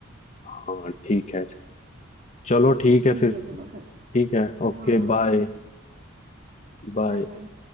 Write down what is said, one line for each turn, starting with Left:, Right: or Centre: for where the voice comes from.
Left: हाँ ठीक है अच्छा चलो ठीक है
Right: ठीक
Left: फिर
Right: है चलो फिर
Left: ठीक है Okay
Right: हाँ हाँ
Left: bye
Right: बिल्कुल
Left: बाय
Right: Bye bye